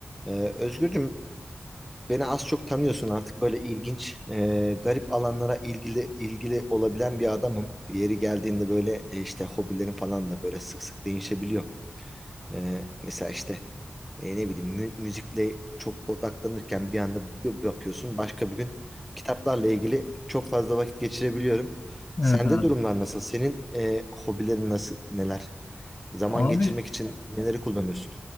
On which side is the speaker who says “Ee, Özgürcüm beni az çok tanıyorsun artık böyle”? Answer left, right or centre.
Centre